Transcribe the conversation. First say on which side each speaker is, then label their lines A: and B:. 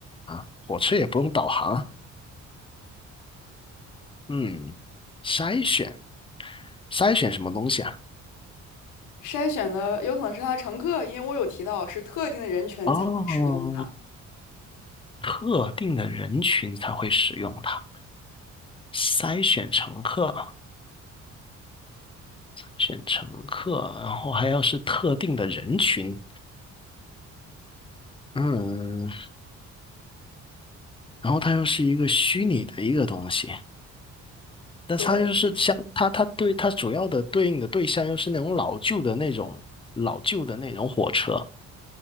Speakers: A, on the left (about 15°); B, on the left (about 85°).
A: 啊，火车也不用导航啊，嗯，筛选筛选什么东西啊？
B: 筛选的有可能是它的乘客，因为我有提到是特定的人群才会使用它。
A: 哦，特定的人群才会使用它，筛选乘客，选乘客，然后还要是特定的人群，嗯，然后它又是一个虚拟的一个东西。但是它又是相，
B: 对。
A: 它它对它主要的对应的对象又是那种老旧的那种老旧的那种火车，